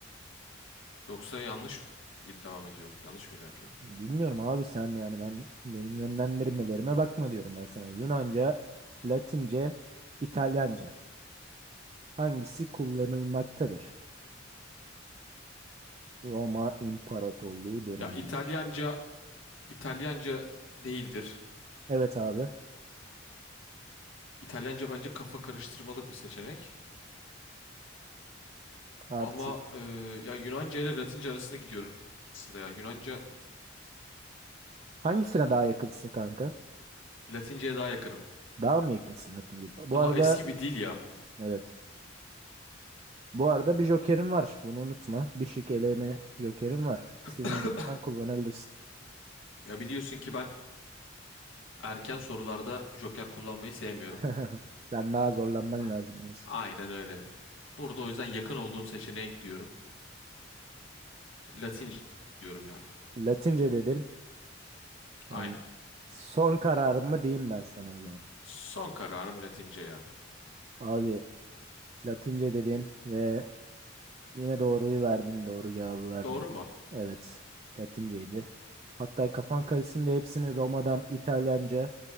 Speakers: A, on the left; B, on the right.
A: Yoksa yanlış mı git- devam ediyorum? Yanlış mı ilerliyorum?
B: Bilmiyorum abi sen yani ben benim yönlendirmelerime bakma diyorum ben sana. Yunanca, Latince, İtalyanca. Hangisi kullanılmaktadır? Roma İmparatorluğu döneminde.
A: Ya İtalyanca, İtalyanca değildir.
B: Evet abi
A: İtalyanca bence kafa karıştırmalık bir seçenek.
B: artık
A: Ama e, ya Yunanca ile Latince arasında gidiyorum aslında ya. Yunanca,
B: hangisine daha yakınsın kanka?
A: Latince'ye daha yakınım.
B: Daha mı yakınsın Latince? Bu
A: Daha
B: arada
A: eski bir dil ya.
B: evet. Bu arada bir jokerim var. Bunu unutma. Bir şık eleme jokerim var. İstediğin
A: <laughs>
B: bir zaman kullanabilirsin.
A: Ya biliyorsun ki ben erken sorularda joker kullanmayı sevmiyorum.
B: <laughs> Sen daha zorlanman
A: Ah,
B: lazım diyorsun.
A: Aynen öyle. Burada o yüzden yakın olduğum seçeneğe gidiyorum. Latince diyorum ya.
B: Latince dedin.
A: Aynen.
B: Yani son kararımı diyeyim ben sana o zaman.
A: Son kararım Latince ya.
B: Abi Latince dedin ve yine doğruyu verdin, doğru cevabı verdin.
A: Doğru mu?
B: Evet, Latinceydi. Hatta kafan karışsın diye hepsini Roma'dan İtalyanca,